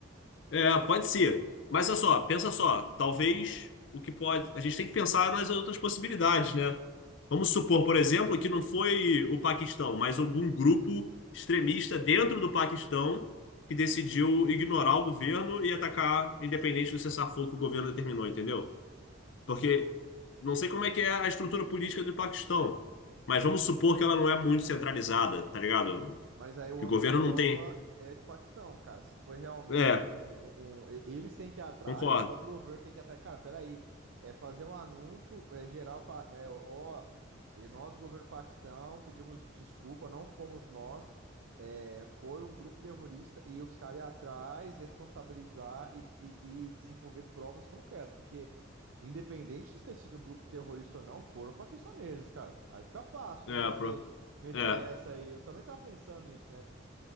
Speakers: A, on the left (about 65°); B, on the right (about 80°).
A: é, pode ser, mas olha só, pensa só, talvez o que pode, a gente tem que pensar nas outras possibilidades, né? Vamos supor, por exemplo, que não foi o Paquistão, mas algum grupo extremista dentro do Paquistão que decidiu ignorar o governo e atacar, independente do cessar-fogo que o governo determinou, entendeu? Porque não sei como é que é a estrutura política do Paquistão, mas vamos supor que ela não é muito centralizada, tá ligado?
B: Mas aí o
A: Que
B: ônus
A: o governo
B: da prova
A: não tem.
B: é do Paquistão, cara. Se foi realmente
A: É,
B: um, um- um- e- Eles têm que ir atrás,
A: concordo.
B: o próprio governo tem que ir atrás. Cara, peraí. É fazer um anúncio é, geral para. É, ó, e nós, o governo do Paquistão, pedimos desculpa, não fomos nós. é, foi um grupo terrorista e os caras ir atrás, responsabilizar e, e- e desenvolver provas concretas. Porque, independente de ter sido um grupo terrorista ou não, foram paquistaneses, cara. Aí fica fácil,
A: É,
B: né? Meter
A: pro-
B: meter
A: é,
B: essa aí. Eu também tava pensando nisso, né?